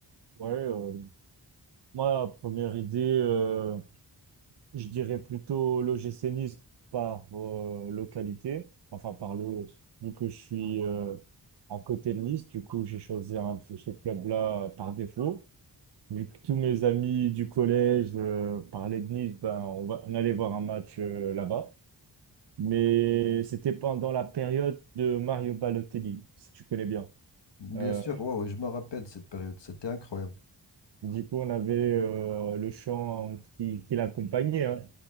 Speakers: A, on the right; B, on the left.
A: Ouais, euh, moi, première idée, euh, je dirais plutôt l'OGC Nice par euh, localité. Enfin, par le, vu que je suis euh, à côté de Nice, du coup, j'ai choisi un, ce club-là par défaut. Vu que tous mes amis du collège euh, parlaient de Nice, ben, on va, on allait voir un match euh, là-bas. Mais c'était pendant la période de Mario Balotelli, si tu connais bien.
B: Bien
A: Euh,
B: sûr, ouais, ouais, je me rappelle cette période, c'était incroyable.
A: du coup, on avait euh, le chant qui, qui l'accompagnait. Hein.